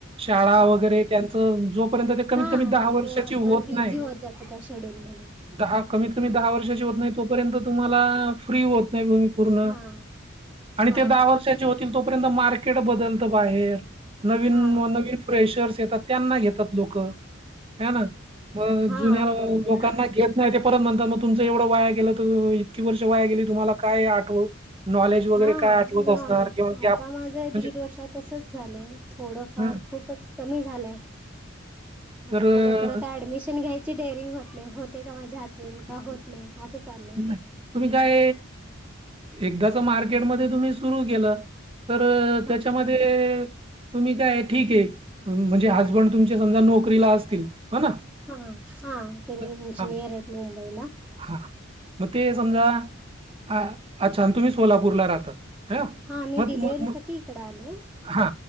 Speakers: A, on the right (about 25°); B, in the centre.
A: शाळा
B: हा
A: वगैरे त्यांच जोपर्यंत कमीत
B: हा
A: कमी दहा वर्षाची
B: तो आपण
A: होत
B: बिझी
A: नाही,
B: होत जातो त्या शेड्यूल मध्ये
A: दहा कमीत कमी दहा वर्षाची होत नाही. तोपर्यंत तुम्हाला फ्री होत नाही त पूर्ण
B: हा
A: आणि
B: हा
A: ते दहा वर्षा तोपर्यंत मार्केट बदलतं बाहेर. नवीन
B: हा
A: नवीन फ्रेशर्स येतात त्यांना घेतात लोकं ह ना म
B: हा
A: जुन्या लोकांना
B: बरोबर
A: घ नाही ते परत म्हणतात मग तुमचं एवढं वाया गेलं तर इतकी वर्ष वाया गेली तुम्हाला काय आठवू नॉलेज वगैरे
B: हा
A: काय आठवत असणार.
B: नॉलेज आता
A: गॅप
B: माझं
A: म्हणजे
B: दीड वर्षात तसच झालंय थोडंफार
A: हां,
B: खूपच कमी झालंय, आता
A: तर अ,
B: पुढं परत ऍडमिशन घ्यायच. ची डेरिंग होत नाही, होते का माझ्या हातून का होत नाही असं चाललूय
A: नाही. तुम्ही काय एकदाच मार्केटमध्ये तुम्ही सुरू केलं. तर
B: हा
A: त्याच्यामध्ये तुम्ही काय ठीक आहे म्हणजे हजबंड तुमच्या समजा नोकरीला असतील ह ना
B: हा हा त्यांनी
A: तर-
B: इंजिनियर
A: हा
B: आहेत मुंबईला
A: हा मग ते समजा अ अच्छा तुम्ही सोलापूरला राहतात. ह
B: हा मी
A: म
B: डिलिव्हरी
A: म म
B: साठी इकडे आले
A: हा